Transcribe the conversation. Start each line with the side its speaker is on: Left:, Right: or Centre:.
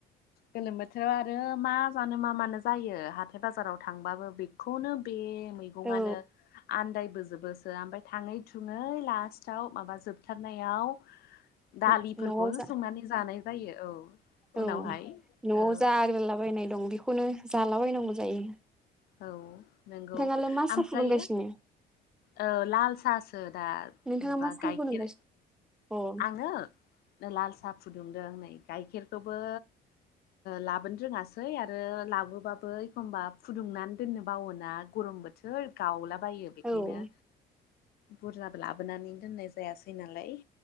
Left: गोलोम बोथोराव आरो मा जानो मा मानो जायो हाथाय बाजाराव थांबाबो बे खौनो बे मैगंआनो
Centre: औ
Left: आन्दायबोजोबोसो ओमफ्राय थाङै थुङै लास्टआव माबा जोबथारनायाव
Centre: <inaudible>
Left: दालिफोरखौ
Centre: न'आव जा
Left: संनानै जानाय जायो औ
Centre: औ
Left: उनावहाय
Centre: न'आव
Left: औ
Centre: जा आग्लाबायनाय दं बेखौनो जालाबायनांगौ जायो
Left: औ नंगौ
Centre: नोंथाङालाय मा साहा
Left: ओमफ्रायो
Centre: फुदुंगासिनो
Left: औ लाल साहासो दा
Centre: नोंथाङा
Left: माबा
Centre: मा साहाखौ
Left: गाइखेर
Centre: फुदुंगासि ए <unintelligible>
Left: आङो लाल साहा फुदुंदों नै गाइखेरखौबो लाबोनो रोङासै आरो लाबोबाबो एखमबा फुदुंनानै दोननो बावोना गरम बो सोर गावलाब बायो बेखायनो
Centre: औ
Left: बुरजाबो लाबोनानै दोननाय जायासै नालाय